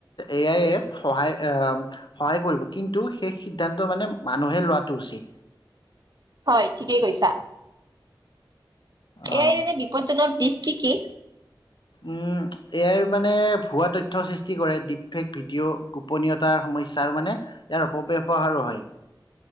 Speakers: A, on the left; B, on the right.
A: এ আাই সহায় আহ সহায় কৰিব কিন্তু সেইষ সিদ্ধান্ত মানে মানুহে লোৱাটো উচিত।
B: হয় ঠিকেই কৈছা।
A: অ'
B: এয়াই যেনেে বিপদজনক। দিক কি কি।
A: উম এয়াই মানে ভুৱা তথ্যৰ সৃষ্টি কৰে ডিপ ফেক ভিডিঅ' গোপনীয়তাৰ সমস্যাৰ মানে ইয়াৰ অপব্যৱহাৰো হয়।